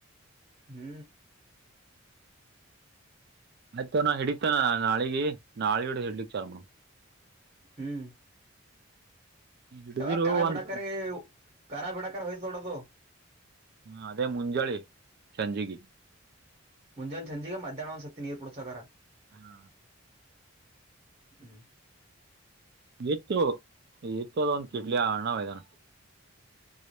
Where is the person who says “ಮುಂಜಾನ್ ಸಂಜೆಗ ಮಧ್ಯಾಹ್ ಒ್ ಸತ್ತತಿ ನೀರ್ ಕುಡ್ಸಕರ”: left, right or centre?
Right